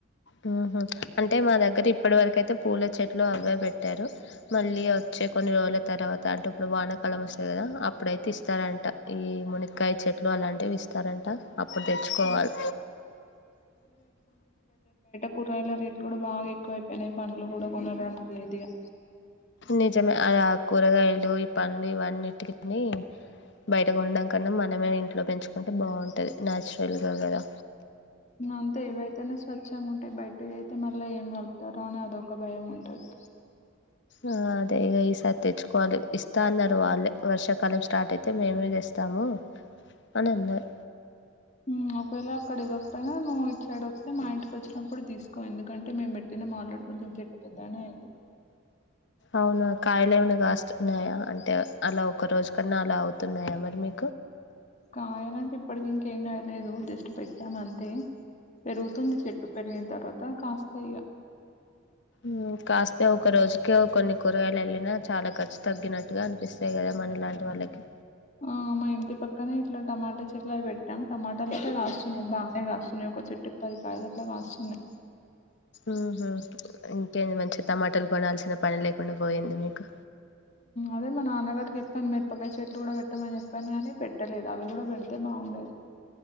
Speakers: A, on the left; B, on the left.
A: మ్మ్ హు అంటే మా దగ్గర ఇప్పటి వరకు అయితే పూల చెట్ ట్లు అవే పెట్టారు మళ్ళీ వచ్చే కొన్ని రోజుల తర్వాత అంటే ఇప్పుడు వానాకాలం వస్తది కదా అప్పుడైతే ఇస్తారంట. ఈ మునక్కకాయ చెట్లు అలాంటివి ఇస్తారంట. అప్పుడు తెచ్చుకోవాలి.
B: కూరయల రేట్లు కూడ బా ఎక్కువ అయి పొయినై పండ్లు కూడ కొనడానికి లేదిగా.
A: నిజమే అది ఆ కూరగాయలు ఈ పండ్లు ఇవన్నిటికిని బయట కొండం కన్న మనమే ఇంట్లో పెంచు కుంటే బాగుంటది న్యాచురల్గా కదా!
B: అంతే ఇవైతేనే స్వచ్ఛంగా ఉంటయి బయ్ టయి అయితే మళ్ళా ఏం కల్పుతరో అని అదొక భయం ఉంటది.
A: ఆ అదే ఇగ ఈసారి తెచ్చు కోవాలి ఇస్తా అన్నారు వాళ్ళే, వర్షాకాలం స్టార్ట్ అయితే మేమె తెస్తాము అని అన్నరు.
B: మ్మ్ ‌ఒకవేళ అక్కడ ఇవ్వకపోయినా నువ్వు ఇటు సైడ్ వస్తే మా ఇంటికి వచ్చి నప్పుడు తీసుకో ఎందుకంటే మేము పెట్టినం ఆల్రెడీ కొంచెం చెట్టు పెద్దగనే అయింది.
A: అవునా కాయలు ఏమన కాస్తున్నాయా అంటే అలా ఒక రోజు కన్న అలా అవుతున్నాయా మరి మీ
B: కాయలంటే ఇప్పటికి ఇంకెం గాయలేదు జస్ట్ పెట్టాం అంతే. పెరుగుతుంది చెట్టు పెరిగిన త ర్వాత కాస్తయి ఇగ
A: మ్మ్ కాస్తే ఒక రోజుకే కొన్ని కూరగాయలు ఎళ్ళినా చాలా ఖర్చు తగ్గినట్టుగా అనిపిస్తాయి కదా మనలాంటి వాళ్ళకి.
B: ఆ మా ఇంటి పక్కనే ఇట్లా టమాటా చెట్లవి పెట్టాం టమాటాలు ఐతే కాస్తున్నాయి బానే కాస్తున్నాయి ఒక చెట్టుకి పది కాయలు అట్లా కాస్తున్నాయి
A: ఉహూ ఇంకేది మంచిది టమాటాలు కొనాల్సిన పని లేకుండా పోయింది మీకు
B: అదే మ నాన్న గారు తను మిరపకాయ చెట్లు కూడా పెట్టమని చెప్పాను కానీ పె ట్టలేదు అవి కూడా పెడితే బావుండేది